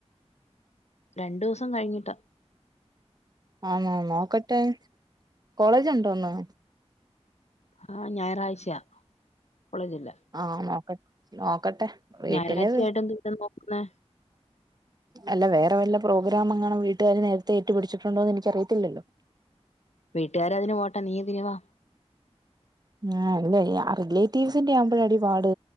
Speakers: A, on the left; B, on the right.
A: രണ്ടുസം കഴിഞ്ഞിട്ടാ
B: ആഹ് ന നോക്കട്ടെ കോളേജ് ഉണ്ടോന്ന്
A: ആഹ് ഞായറാഴ്ചയാ കോളേജില്ല
B: ആഹ് നോക്ക നോക്കട്ടെ വീട്ടില്
A: ഞായറാഴ്ചയായിട്ട് എന്തു ട്ട നോക്കുന്നെ
B: അല്ല വേറെ വല്ല പ്രോഗ്രാം അങ്ങനെ വീട്ടുകാര് നേരത്തെ ഇട്ടു പിടിച്ചിട്ടുണ്ടോ എന്ന് എനിക്ക് അറിയത്തില്ലല്ലോ
A: വീട്ടുകാര് അതിന് പോട്ടെ നീ ഇതിനു വാ
B: ആ അല്ലേ റിലേറ്റീവ്സിന്റെ ആവുമ്പോഴാടി പാട്